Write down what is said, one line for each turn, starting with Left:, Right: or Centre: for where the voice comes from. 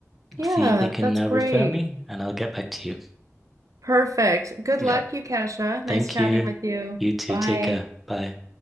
Right: Yeah,
Centre: see if they can
Right: that's
Centre: uh,
Right: great.
Centre: refer me, and I'll get back to you.
Right: Perfect. Good
Centre: Yep.
Right: luck, Yukasha. Nice
Centre: Thank
Right: chatting
Centre: you.
Right: with you.
Centre: You too.
Right: Bye.
Centre: Take care. Bye.